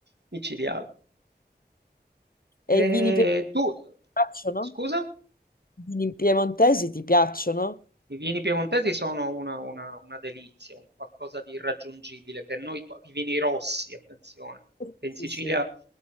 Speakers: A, on the right (about 70°); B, on the left (about 55°).
A: micidiale.
B: E
A: E
B: i vini pie- ti
A: tu,
B: piacciono?
A: scusa?
B: I vini piemontesi ti piacciono?
A: I vini piemontesi sono una, una- una delizia, un qualcosa di irraggiungibile, che noi qua, i vini rossi, attenzione,
B: Sì,
A: che in Sicilia
B: sì. sì.